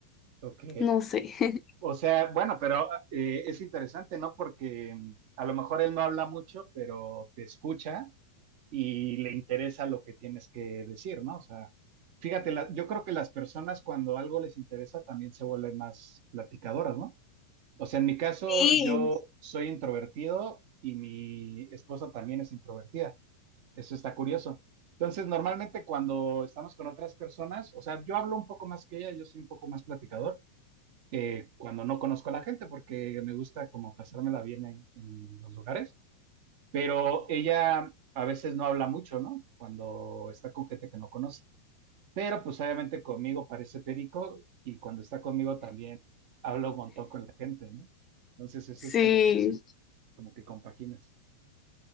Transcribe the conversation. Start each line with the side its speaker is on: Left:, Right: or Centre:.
Right: ok.
Left: No sé. <laughs>
Right: O sea, bueno, pero eh, es interesante, ¿no? Porque mm, a lo mejor él no habla mucho, pero te escucha y le interesa lo que tienes que decir, ¿no? O sea, fíjate, la- yo creo que las personas cuando algo les interesa también se vuelven más platicadoras, ¿no? O sea, en mi caso,
Left: Sí.
Right: yo soy introvertido y mi esposa también es introvertida. Eso está curioso. Entonces, normalmente cuando estamos con otras personas, o sea, yo hablo un poco más que ella, yo soy un poco más platicador eh, cuando no conozco a la gente, porque me gusta como pasármela bien en, en los lugares, pero ella a veces no habla mucho, ¿no? Cuando está con gente que no conoce. Pero pues obviamente conmigo parece perico y cuando está conmigo también habla un montón con la gente, ¿no? Entonces eso
Left: Sí,
Right: es como que, te- como que compaginas.